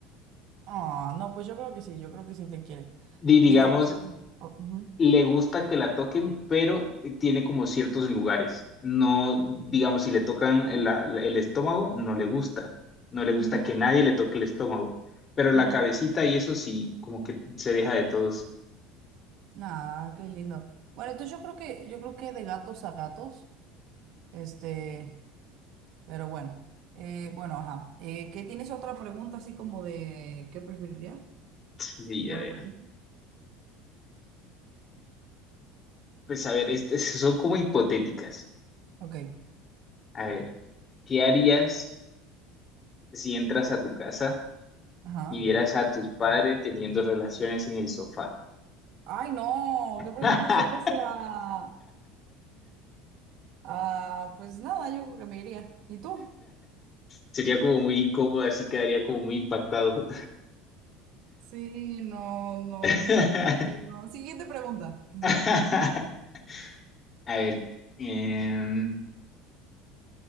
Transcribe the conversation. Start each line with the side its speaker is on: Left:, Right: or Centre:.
Right: Ah, no, pues yo creo que sí, yo creo que sí te quiere.
Left: Y digamos,
Right: Digo, no sé. o- ujú,
Left: le gusta que la toquen, pero eh, tiene como ciertos lugares. No, digamos, si le tocan el, la- el estómago, no le gusta. No le gusta
Right: ujú,
Left: que nadie le toque el estómago. Pero la
Right: ujú.
Left: cabecita y eso sí, como que se deja de todos.
Right: Nah, qué lindo. Bueno, entonces yo creo que, yo creo que de gatos a gatos, este, pero bueno. Eh, bueno, ajá. Eh, ¿qué tienes otra pregunta así como de qué preferiría?
Left: Sí,
Right: O
Left: a
Right: algo
Left: ver.
Right: así.
Left: Pues a ver, estas son como hipotéticas.
Right: Ok,
Left: A ver, ¿qué harías si entras a tu casa
Right: ajá.
Left: y vieras a tus padres teniendo relaciones en el sofá?
Right: Ay, no, ¿qué pregunta
Left: <laughs>
Right: es esa? Ah, pues nada, yo creo que me iría. ¿Y tú?
Left: Sería como muy incómodo, así quedaría como muy impactado.
Right: Sí, no, no,
Left: <laughs>
Right: no sé, no. Siguiente pregunta.
Left: <laughs>
Right: <laughs>
Left: A ver, em,